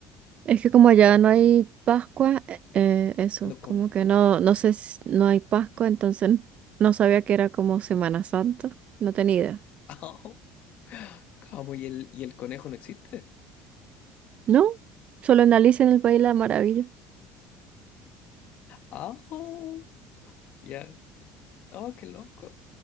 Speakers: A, on the right (about 50°); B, on the left (about 60°).
A: Es que como allá no hay Pascua, eh, eh, eso,
B: No, ¿cómo?
A: como que no, no sé si no hay Pascua, entonces no sabía que era como Semana Santa, no tenía idea.
B: <laughs> ¡Au! ¿Cómo? ¿Y el, y el conejo no existe?
A: No, solo en Alicia en el País de la Maravilla.
B: ¡Au! Ya. ¡Oh, qué loco!